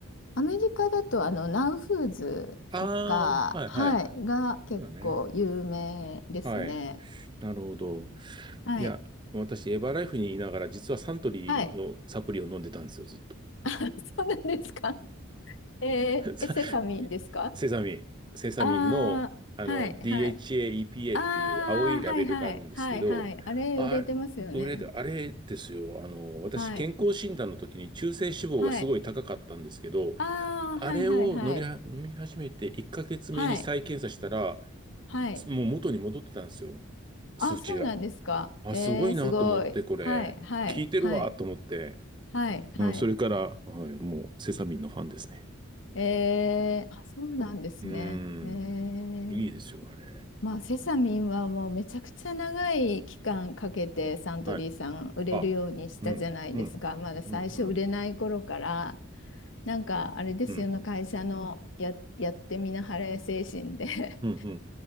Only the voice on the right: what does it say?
ああ、はいはいはい。
そうだね。はい。なるほど。
いや、私、エバーライフにいながら、実はサントリーのサプリを飲んでたんですよ、
ずっと。
<laughs> さ
セサミン、セサミンの、
あの
DHA、
EPA
っていう青いラベルがあるんですけど、
あれ、
あれですよ、あの、私、
健康診断の時に中性脂肪がすごい高かったんですけど、
あれを乗りは飲み始めて1ヶ月目に再検査したら、
もう元に戻ってたんですよ、数値が。
あ、
すごいなと思って、
これ、
効いてるわと思って、
うん、
それから、はい、もうセサミンのファンですね。
うー
ん。いいですよ、あれ。
はい。あ、うん、うん、
うん、うん、
うん、
うん、うん、